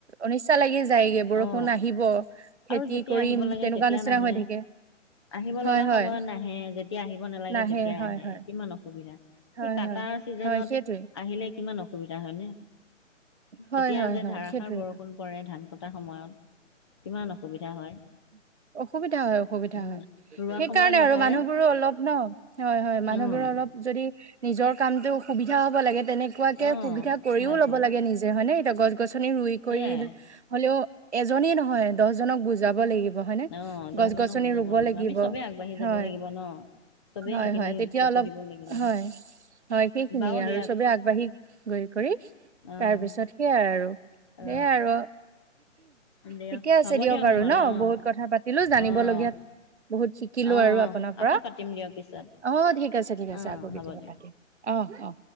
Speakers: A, on the right; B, on the left.
A: অনিচ্ছা লাগি যায়গে, বৰষুণ
B: অ
A: আহিব। খেতি
B: আৰু যেতিয়া
A: কৰিম
B: আহিব লাগে,
A: তেনেকুৱা
B: তেতিয়া
A: নিচিনা
B: নাহে।
A: হৈ থাকে
B: আহি ব
A: হয়
B: লগা
A: হয়
B: সময়ত নাহে, যেতিয়া আহিব নালাগে
A: নাহে
B: তেতিয়া
A: হয়
B: আহে,
A: হয়
B: কিমান অসুবিধা। সি
A: হয়
B: কাটাৰ
A: হয়
B: ছিজনত
A: হয় সেইটোৱে
B: আহিলে কিমান অসুবিধা, হয় নে?
A: হয়
B: তেতিয়া
A: হয়
B: যে
A: হয়
B: ধাৰাসাৰ
A: সেইটোৱেতো
B: বৰষুণ পৰে, ধান কটাৰ সময়ত। ইমান অসুবিধা হয়।
A: <inaudible> অসুবিধা হয় - অসুবিধা
B: উম,
A: হয়।
B: ৰোৱা
A: সেইকাৰণে
B: সময়ত নপৰে
A: আৰু মানুহবোৰো অলপ ন', হয় - হয়,
B: অ',
A: মানুহবোৰো অলপ যদি নিজৰ কামতো সুবিধা হ'ব লাগে, তেনেকুৱাকে
B: অ',
A: সুবিধা কৰিও
B: হয় আকৌ
A: ল'ব লাগে নিজে, হয় নে? এতিয়া গছ গছনি ৰুই
B: সেয়াই
A: কৰিল- হ'লেও এজনে নহয় জনক বুজাব লাগিব, হয় নে?
B: অ', দহজনক
A: গছ-গছনি
B: বুজাব
A: ৰুব লাগিব,
B: আমি চবেই আগবাঢ়ি
A: হয়।
B: যাব লাগিব ন। চবেই
A: হয়
B: সেইখিনি
A: - হয়, তেতিয়া
B: চকু
A: অলপ-
B: দিব লাগিব
A: হয়। হয়, সেইখিনিয়ে
B: বাৰু
A: আৰু।
B: দিয়ক
A: চবে আগবাঢ়ি গৈ কৰি,
B: অ',
A: তাৰপিছত সেইয়াই আৰু।
B: অ'।
A: সেয়াই আৰু
B: দিয়ক
A: ঠিকে আছে
B: হ'ব
A: দিয়ক বাৰু,
B: নহ'লে
A: ন'?
B: অ',
A: বহুত কথা পাতিলোঁ জানিবলগীয়া
B: অ',
A: বহুত শিকিলোঁ
B: অ',
A: আৰু আপোনাৰ
B: আকৌ
A: পৰা।
B: পাতিম দিয়ক পিছত
A: অ' ঠিক আছে - ঠিক আছে।
B: অ',
A: আকৌ
B: হ'ব
A: কেতিয়াবা
B: দিয়ক।
A: পাতিম, অ'। অ'।